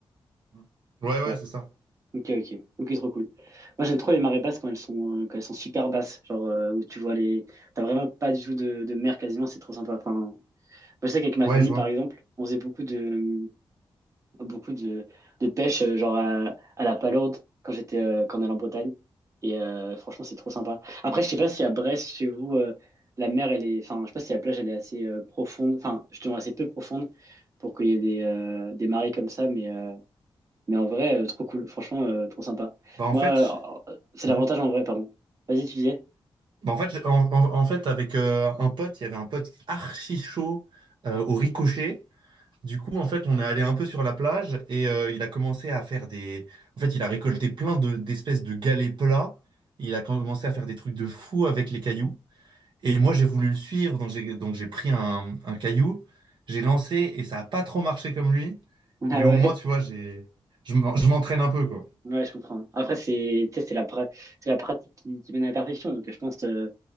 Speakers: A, on the right; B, on the right.
A: Mm. Ouais, ouais,
B: Ouais.
A: c'est ça.
B: Ok, ok. Ok, trop cool. Moi, j'aime trop les marées basses quand elles sont, euh, quand elles sont super basses. Genre, euh, où tu vois les. T'as vraiment pas du tout de, de mer quasiment, c'est trop sympa. Enfin, moi, je sais qu'avec ma
A: Ouais,
B: famille,
A: je vois.
B: par exemple, on faisait beaucoup de, beaucoup de, de pêche, euh, genre à, à la Palourde, quand j'étais, euh, quand on allait en Bretagne. Et euh, franchement, c'est trop sympa. Après, je sais pas si à Brest, chez vous, euh, la mer, elle est, enfin, je sais pas si la plage, elle est assez euh, profonde, enfin, justement assez peu profonde pour qu'il y ait des, euh, des marées comme ça, mais, euh, mais en vrai, euh, trop cool. Franchement, euh, trop sympa.
A: Bah en
B: Moi,
A: fait, je-
B: euh, c'est l'avantage
A: ouais.
B: en vrai, pardon. Vas-y, tu disais?
A: Bah, en fait, j'ai- en, en- en fait avec euh, un pote, il y avait un pote archi chaud euh, au ricochet. Du coup, en fait, on est allé un peu sur la plage et euh, il a commencé à faire des. En fait, il a récolté plein de, d'espèces de galets plats. Il a commencé à faire des trucs de fou avec les cailloux. Et moi, j'ai voulu le suivre, donc j'ai donc j'ai pris un, un caillou, j'ai lancé et ça a pas trop marché comme lui.
B: <laughs> Ah
A: Mais au
B: ouais,
A: moins, tu vois, j'ai je m'en- je m'entraîne un peu quoi.
B: ouais, je comprends. Après, c'est, tu sais, c'est la, pra- c'est la pratique qui, qui mène à la perfection, donc je pense, euh,